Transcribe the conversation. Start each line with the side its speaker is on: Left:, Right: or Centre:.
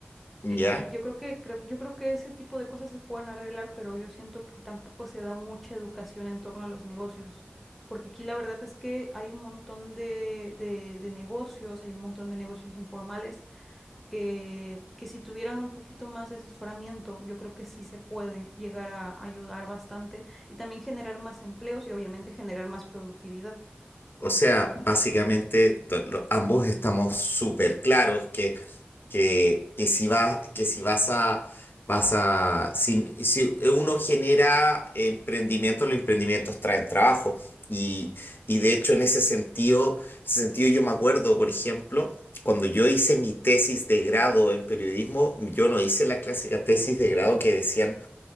Left: Ya.
Centre: Y yo creo que, creo- yo creo que ese tipo de cosas se pueden arreglar, pero yo siento que tampoco se da mucha educación en torno a los negocios, porque aquí la verdad es que hay un montón de, de- de negocios, hay un montón de negocios informales que, que si tuvieran un poquito más de asesoramiento, yo creo que sí se puede llegar a ayudar bastante y también generar más empleos y obviamente generar más productividad.
Left: O sea, básicamente to- lo- ambos estamos súper claros que, que, que si vas, que si vas a, vas a, si, si uno genera emprendimientos, los emprendimientos traen trabajo. Y, y de hecho, en ese sentido, ese sentido yo me acuerdo, por ejemplo, cuando yo hice mi tesis de grado en periodismo, yo no hice la clásica tesis de grado que decían